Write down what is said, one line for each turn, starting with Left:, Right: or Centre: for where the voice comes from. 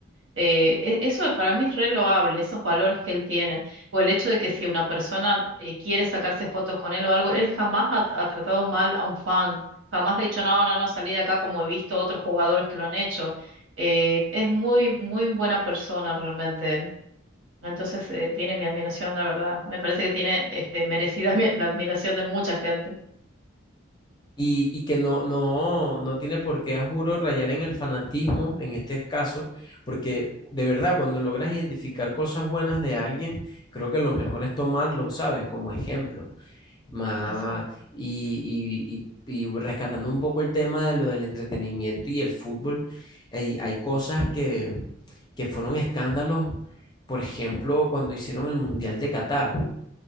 Right: Eh, e- eso para mí es re loable, esos valores que él tiene. O el hecho de que si una persona eh, quiere sacarse fotos con él o algo, él jamás ha, ha tratado mal a un fan. Jamás le ha dicho, no, no, no, salí de acá como he visto otros jugadores que lo han hecho. Eh, es muy, muy buena persona realmente él. Entonces eh, tiene mi admiración, la verdad. Me parece que tiene este, merecida <laughs> mi- la admiración de mucha gente.
Left: Y, y que no, no, no tiene por qué, a juro, rayar en el fanatismo en este caso, porque de verdad, cuando logras identificar cosas buenas de alguien, creo que lo mejor es tomarlo, ¿sabes? Como ejemplo. Ma-
Right: Exacto.
Left: y, y, y, y rescatando un poco el tema de lo del entretenimiento y el fútbol, hay, hay cosas que, que fueron escándalos, por ejemplo, cuando hicieron el Mundial de Qatar